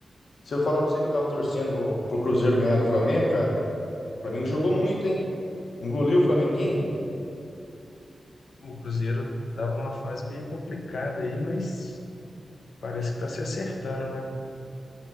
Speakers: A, on the left; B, on the left.
A: se eu falar pra você que eu tava torcendo pro, pro Cruzeiro ganhar do Flamengo, cara, o Flamengo jogou muito, hein? Engoliu o Flamenguinho.
B: O Cruzeiro estava numa fase meio complicada aí, mas parece que está se acertando, né?